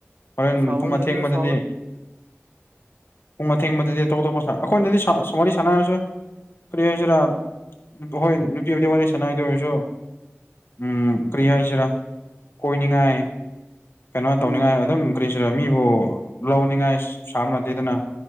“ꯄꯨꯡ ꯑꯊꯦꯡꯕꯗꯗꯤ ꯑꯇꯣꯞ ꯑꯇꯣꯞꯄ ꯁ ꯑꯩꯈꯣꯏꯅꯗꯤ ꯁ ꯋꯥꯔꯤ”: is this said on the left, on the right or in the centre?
Left